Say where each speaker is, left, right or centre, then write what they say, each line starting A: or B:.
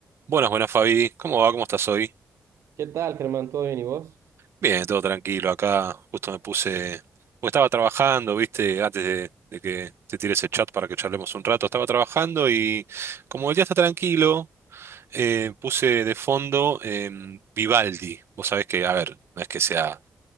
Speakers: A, on the right; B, on the right.
A: Buenas, buenas Fabi, ¿cómo va? ¿Cómo estás hoy?
B: ¿Qué tal, Germán? ¿Todo bien y vos?
A: Bien, todo tranquilo acá, justo me puse, porque estaba trabajando, viste, antes de, de que te tire ese chat para que charlemos un rato, estaba trabajando y como el día está tranquilo, eh, puse de fondo em, Vivaldi, vos sabés que, a ver, no es que sea,